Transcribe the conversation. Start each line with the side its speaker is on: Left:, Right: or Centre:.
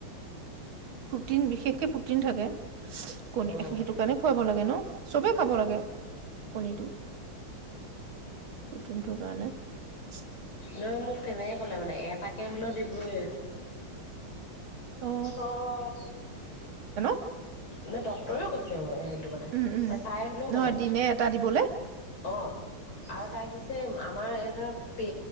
Right: প্ৰটিন বিশেষকে প্ৰটিন থাকে। কণী
Left: উম
Right: সেইটো কাৰণে খুৱাব লাগে ন। চবে খাব লাগে। কণীটো, প্ৰটিনটোৰ কাৰণে। ব <unintelligible>
Left: এওঁ মোক তেনেকে ক'লে মানে এটাকে হ'লেও দিবই।
Right: অ
Left: অ'
Right: অ <inaudible>
Left: নে ডক্টৰেও কৈছে, সেইটো কথা
Right: উম উম
Left: তাই হ'লেও
Right: নহয়
Left: কলে
Right: দিনে এটা দিবলে
Left: অ' আৰু তাই কি যে আমাৰ সিহঁতৰ পি,